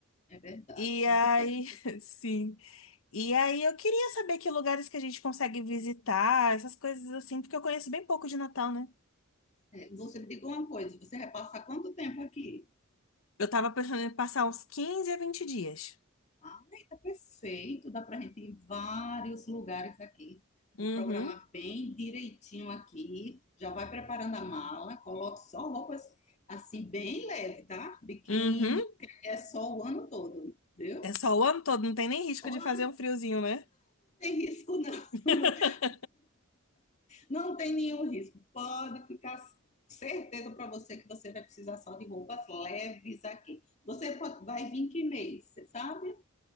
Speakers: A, on the left; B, on the left.
A: É verdade,
B: E
A: tanto
B: aí,
A: tempo.
B: <laughs> sim. E aí eu queria saber que lugares que a gente consegue visitar, essas coisas assim, porque eu conheço bem pouco de Natal, né?
A: É, você me diga uma coisa, você vai passar quanto tempo aqui?
B: Eu tava pensando em passar uns quinze a vinte dias.
A: Ah, tá perfeito. Dá pra gente ir em vários lugares aqui. Vou
B: Uhum,
A: programar bem direitinho aqui. Já vai preparando a mala. Coloque só roupas assim, bem leve, tá? Biquíni,
B: uhum.
A: porque é só o ano todo, viu?
B: É só o ano todo, não tem nem risco
A: Ou
B: de
A: não
B: fazer um friozinho, né?
A: tem risco, não.
B: <laughs>
A: <laughs> Não tem nenhum risco. Pode ficar certeza para você que você vai precisar só de roupas leves aqui. Você pode- vai vir que mês, você sabe?